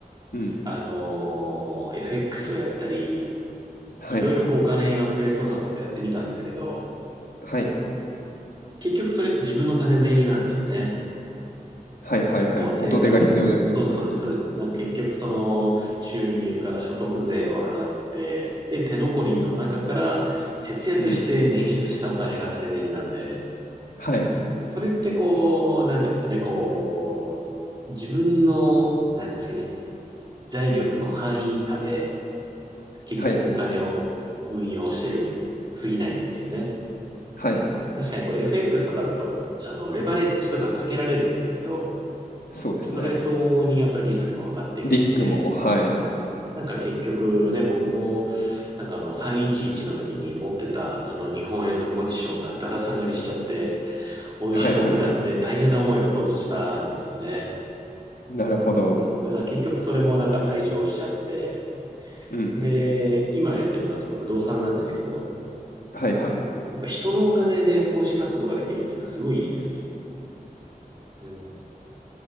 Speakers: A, on the left; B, on the right.
A: うん。
B: あの、FX をやったり、
A: はい。
B: いろいろこうお金が増えそうなことやってみたんですけど、
A: はい。
B: 結局それって自分の種銭なんですよね。
A: はいはいはい。
B: なんかこう生活、
A: 元手が必要ですもんね。
B: そうそうです、そうです。なんか結局その収入から所得税を払って、で、手残りの中から節約して捻出したお金が種銭なんで、
A: うん。はい。
B: それってこう、なんていうんですかね、こう、自分の、なんていうんですかね、財力の範囲下で結局お金を運用してるに過ぎないんですよね。
A: はい。はい。
B: 確かにこう FX とかだと、あの、レバレッジとかかけられるんですけど、
A: そうですね。
B: それ相応にやっぱりリスクも上がっていくんで、
A: リスクも、はい。
B: うんなんか結局ね、僕も、なんかあの311の時に持ってたあの日本円のポジションがだだ下がりしちゃって、お衣装を食らって大変な思いを当時したんですよね。
A: はいはい。なるほど。
B: そうそう。だから結局それもなんか退場しちゃって、
A: うん。
B: で、今やってるのはその不動産なんですけど、
A: はいはい。
B: やっぱ人のお金で投資活動ができるっていうのはすごいいいですね。うん。